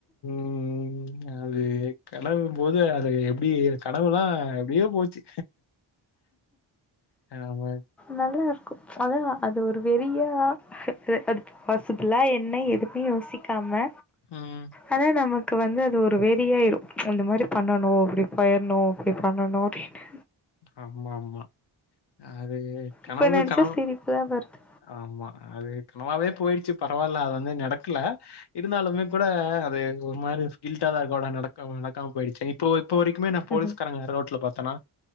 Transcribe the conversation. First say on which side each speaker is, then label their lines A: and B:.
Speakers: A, on the left; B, in the centre.
A: ம் அது கிளம்பு போது அது எப்படி இருக்கு கனவுலா எப்டியோ போச்சி ஆமா
B: நல்லா இருக்கு அதான் அது ஒரு வெறியா அது வாச இப்லாம் என்ன எதுக்குனு யோசிக்காம
A: ம்
B: ஆனால் நமக்கு வந்து அது ஒரு வெறியா ஆயிரும் இந்த மாதிரி பண்ணணும் அப்படி போயிடணு அப்படி பண்ணணு அப்படின்னு
A: ஆமா ஆமா அது கனவு
B: இப்ப நெனச்சா
A: கனவ
B: சிரிப்பு தான் வருது.
A: ஆமா அது கனவாவே போயிடுச்சு பரவாயில்ல அது வந்து நடக்கல இருந்தாலுமே கூட அது ஒரு மாரி கில்ட்டா தான் இருக்கம் நடக்க போயிச்சே இப்ப இப்போ வரைக்குமே நான் போலீ்ஸ்காரங்கள
B: ம்ஹ்ம்.
A: நடு ரோட்ல பாத்தேனா